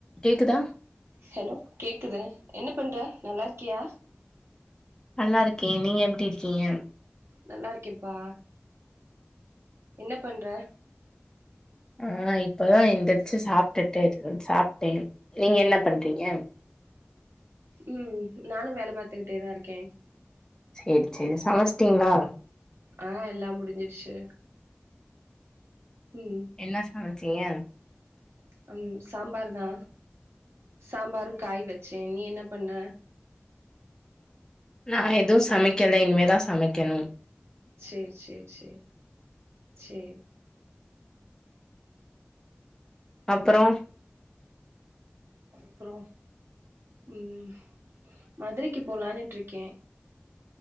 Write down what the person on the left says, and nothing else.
கேக்குதா
நல்லாருக்கே நீங்க எப்டி இருக்கீங்க
ஆ இப்பதா என்திர்ச்சு சாப்ட்டுட்டு <unintelligible> சாப்ட்டே நீங்க என்ன பண்றீங்க
சேரி சேரி சமச்ட்டீங்ளா
என்ன சமச்சீங்க
நா எதுவு சமைக்கல இனிமேதா சமைக்கணு
அப்றோ